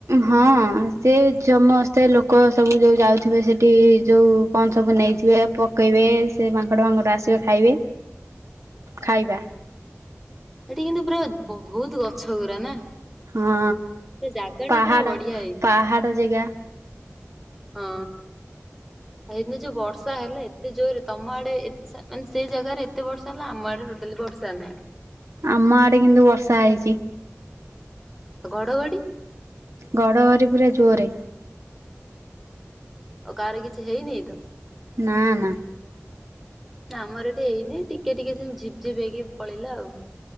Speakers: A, on the right; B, in the centre.
A: ହଁ ସେ ଜମସ୍ତେ ଲୋକ ସବୁ ଯୋଉ ଯାଉଥିବେ ସେଇଠି ଯୋଉ କଣ ସବୁ ନେଇଥିବେ। ପକେଇବେ ସେ ମାଙ୍କଡ଼ ଫାଙ୍କଡ଼ ଆସିବେ ଖାଇବେ।
B: <inaudible>
A: ଖାଇବା।
B: ସେଠି କିନ୍ତୁ ପୁରା ବ ବହୁତ ଗଛ ଗୁରା ନା।
A: ହଁ
B: ସେ ଜାଗା ଟା
A: ପାହାଡ଼
B: ପୁରା ବଢିଆ ହେଇଛି।
A: ପାହାଡ଼ ଜେଗା।
B: ହଁ। ହେଇଦିନ ଯୋଉ ବର୍ଷା ହେଲା ଏତେ ଜୋରେ ତମ ଆଡେ ଏ ସାରା ମାନେ ସେଇ ଜାଗାରେ ଏତେ ବର୍ଷା ହେଲା ଆମ ଆଡେ ଟୋଟାଲି ବର୍ଷା ସା ନାହିଁ।
A: ଆମ ଆଡେ କିନ୍ତୁ ବର୍ଷା ହେଇଚି।
B: ଆ ଘଡଘଡି।
A: ଘଡ଼ଘରି ପୁରା ଜୋରେ।
B: ଆଉ କାଆର କିଛି ହେଇନେଇ ତ।
A: ନା ନା।
B: ଆମର ଏଠି ହେଇନି ଟିକେ ଟିକେ ସେ ଝିପ ଝିପ ହେଇକି ପଳେଇଲା ଆଉ।